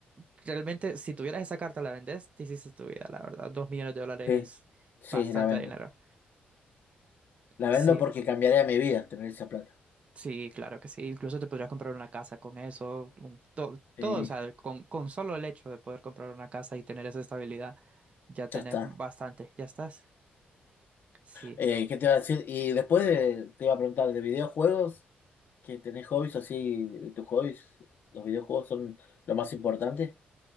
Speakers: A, on the right (about 35°); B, on the left (about 55°).
A: realmente, si tuvieras esa carta, la vendes, te hiciste tu vida, la verdad. Dos millones de dólares
B: Sí,
A: es
B: sí,
A: bastante
B: la vendo.
A: dinero.
B: La
A: Sí,
B: vendo porque cambiaría mi vida tener esa plata.
A: sí, claro que sí. Incluso te podrías comprar una casa con eso. un- to-
B: Sí,
A: todo, o sea, con, con solo el hecho de poder comprar una casa y tener esa estabilidad, ya tenés
B: ya está.
A: bastante. Ya estás. sí
B: Eh, ¿qué te iba a decir? Y después de- te iba a preguntar de videojuegos, que tenés hobbies así, tus hobbies, los videojuegos son lo más importante.